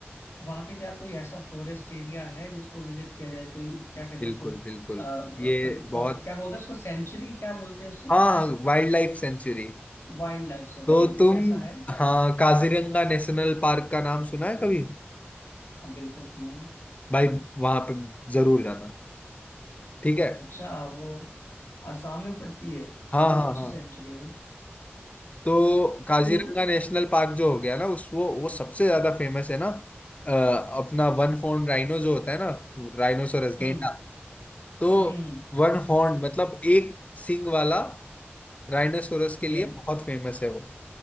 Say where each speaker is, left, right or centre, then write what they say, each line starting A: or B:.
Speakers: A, on the left; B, on the left.
A: वहाँ पे क्या कोई ऐसा फॉरेस्ट एरिया है जिसको विजिट किया जाए कोई क्या कहते हैं
B: बिल्कुल
A: उसको
B: बिल्कुल
A: अ,
B: ये
A: कोई
B: बहुत
A: for- क्या बोलते हैं उसको सेंचुरी क्या बोलते हैं उसे
B: हाँ वाइल्ड लाइफ सेंचुरी
A: वाइल्ड लाइफ सेंचुरी
B: तो
A: कुछ
B: तुम
A: ऐसा है हाँ
B: हाँ काजीरंगा नेशनल पार्क का नाम सुना है कभी
A: बिल्कुल सुना है।
B: भाई वहां पे जरूर जाना ठीक है
A: अच्छा वो आसाम में पड़ती है
B: हाँ
A: बहुत
B: हाँ
A: अच्छी
B: हाँ
A: सेंचुरी हो
B: तो काजीरंगा
A: तो
B: नेशनल पार्क जो हो गया ना उस वो वो सबसे ज्यादा फेमस है ना अ, अपना वन हॉर्न राइनो जो होता है ना राइनोसोरस गेंडा
A: हम्म
B: तो
A: हम्म
B: वन हॉर्न मतलब एक सिंग वाला राइनोसोरस के लिए
A: गेंद
B: बहुत फेमस है वो